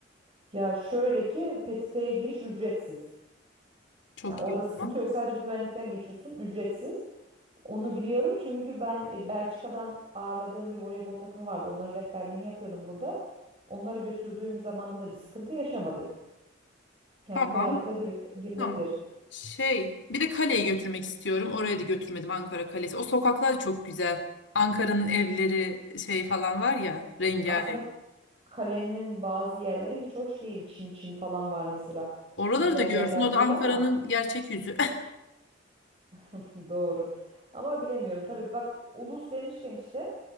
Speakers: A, on the right (about 30°); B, on the left (about 70°).
A: Ya şöyle ki PTT'ye giriş ücretsiz.
B: Çok
A: Yani orada
B: iyi
A: sıkıntı
B: o zaman.
A: yok. Sadece güvenlikten geçiyorsun, ücretsiz. Onu biliyorum çünkü ben e, Belçika'dan ağırladığım bir voleybol takımı vardı. Onların rehberliğini yapıyordum burada. Onları götürdüğüm zamanda da bir sıkıntı yaşamadık. Yani
B: Tamam.
A: kolaylıkla gir- girilebilir.
B: Tamam. Şey, bir de kaleyi götürmek istiyorum. Oraya da götürmedim Ankara Kalesi. O sokaklar çok güzel. Ankara'nın evleri şey falan var ya, rengarenk.
A: Aslında kalenin bazı yerleri hiç hoş değil. Çin Çin falan var mesela.
B: Oraları
A: Güzel
B: da görsün.
A: yerler
B: O da
A: değil
B: Ankara'nın
A: ama
B: gerçek yüzü.
A: <laughs> doğru. Ama bilemiyorum. Tabii bak Ulus demişken işte